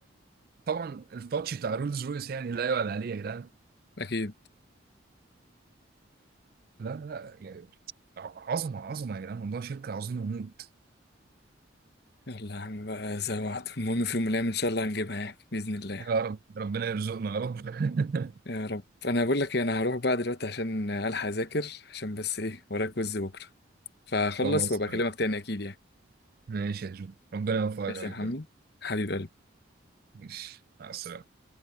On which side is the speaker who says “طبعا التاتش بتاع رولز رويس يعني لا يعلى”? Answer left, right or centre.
Right